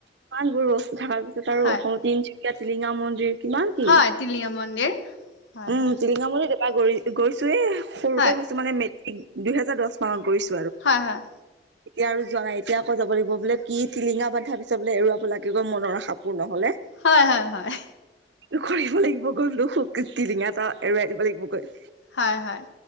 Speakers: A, on the right; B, on the left.
A: ইমানবোৰ বস্তু থকাৰ পিছত আৰু
B: হয়
A: অসমত তিন তিনচুকীয়া টিলিঙা মন্দিৰ কিমান কি,
B: হয় টিলিঙা মন্দিৰ হয়
A: উম
B: হয়
A: টিলিঙা মন্দিৰ দে পা গৰি গৈছোয়ে সৰুতে
B: হয়
A: গৈছো মানে মেট্ৰিক দুইহেজাৰ দশ মানত গৈছোঁ।
B: হয় হয়।
A: এতিয়া আৰু যোৱা নাই এতিয়া আকৌ যাব লাগিব বোলে কি টিলিঙা বান্ধা পিছত বোলে এৰুৱাব লাগিব মনৰ আশাপূৰ্ণ হলে।
B: হয় হয় হয়।
A: কৰিব লাগিব গলো টি -টিলিঙা এটা এৰুৱাই দিব লাগিব গৈ।
B: হয় হয়।